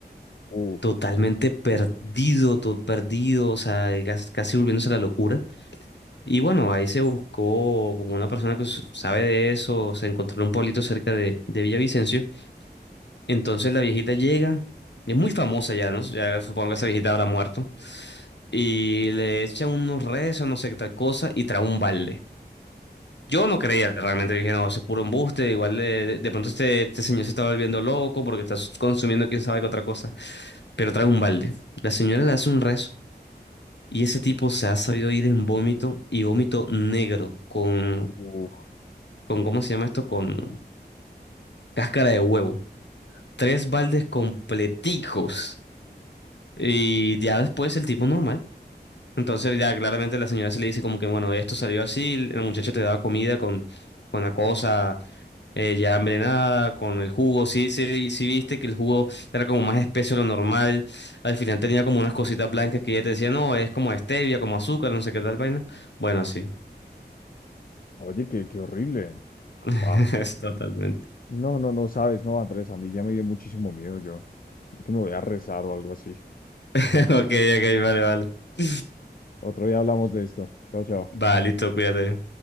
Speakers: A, on the left; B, on the left.
A: Uf,
B: Totalmente perdido, todo perdido, o sea, gas- casi volviéndose a la locura. Y bueno, ahí se buscó como una persona que s- sabe de eso, se encontró en un pueblito cerca de, de Villavicencio. Entonces la viejita llega, es muy famosa ya, ¿no? Ya supongo que esa viejita habrá muerto. Y le echa unos rezos, no sé qué tal cosa, y trae un balde. Yo no creía realmente, dije, no, eso es puro embuste, igual de, de- de pronto este, este señor se está volviendo loco porque está consumiendo quién sabe qué otra cosa. Pero trae un balde. La señora le hace un rezo. Y ese tipo se ha sabido ir en vómito y vómito negro, con
A: uf.
B: con, ¿cómo se llama esto? Con cáscara de huevo. Tres baldes completicos. Y ya después el tipo normal. Entonces ya claramente la señora se le dice como que, bueno, esto salió así, la muchacha te daba comida con, con la cosa eh, ya envenenada, con el jugo. Sí, sí, sí viste que el jugo era como más espeso de lo normal. Al final tenía como unas cositas blancas que ella te decía, no, es como stevia, como azúcar, no sé qué tal vaina. Bueno, sí.
A: Oye, qué, qué horrible.
B: <laughs>
A: Wow.
B: Es totalmente. <laughs>
A: No, no, no sabes, no, Andrés, a mí ya me dio muchísimo miedo yo. Creo Que me voy a rezar o algo así.
B: Ok, ok, vale, vale. <laughs>
A: Otro día hablamos de esto. Chao, chao.
B: Va, listo, cuídate.